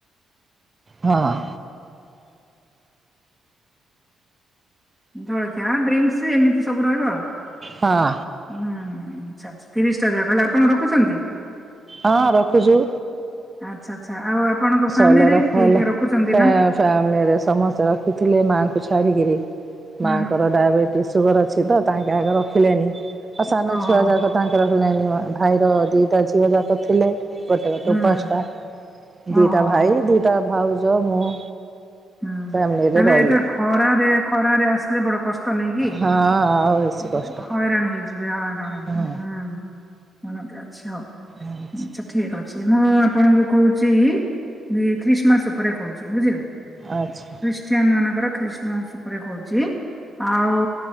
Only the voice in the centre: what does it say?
ଜଳଖିଆ, ଡ୍ରିଙ୍କସ୍ ଏମିତି ସବୁ ରହିବ ଆଉ।
ହୁଁ ଆଚ୍ଛା ଆଚ୍ଛା ତିରିଶଟା ଜାକ ହେଲେ ଆପଣ ରଖୁଛନ୍ତି?
ଆଚ୍ଛା ଆଚ୍ଛା ଆଉ ଆପଣଙ୍କ ଫ୍ୟାମିଲିରେ
କିଏ
କିଏ ରଖୁଚନ୍ତି ନା?
ହୁଁ
ଓହୋ
ହୁଁ
ଓହୋ
ହୁଁ
ତାହାଲେ
ଏଇଟା ଖରାରେ ଖରାରେ ଆସିଲେ ବଡ କଷ୍ ଷ୍ଟ ନାଇଁକି
ଉଁ
ହଇରାଣ ହେଇ ଯିବେ ହଇରାଣ ହେଇଯିବେ
ହୁଁ <unintelligible> ଅଛି ହୋଉ
ଉଁ ସେପ୍ ଠିକ ଅଛି ମୁଁ ଆପଣଙ୍କୁ କୋହୁଚି ବି ଖ୍ରୀଷ୍ଟମାସ ଉପରେ କୋହୁଚି ବୁଝିଲେ।
ଖ୍ରୀଷ୍ଟିଆନ୍ ମାନଙ୍କର ଖ୍ରୀଷମାସ ଉପରେ କୋହୁଚି ଆଉ